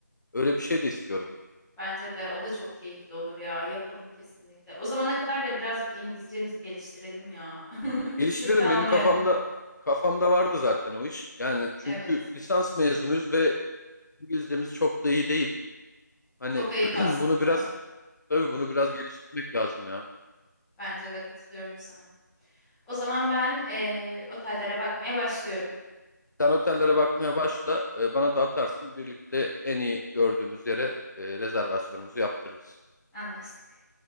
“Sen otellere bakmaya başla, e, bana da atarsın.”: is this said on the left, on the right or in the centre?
Left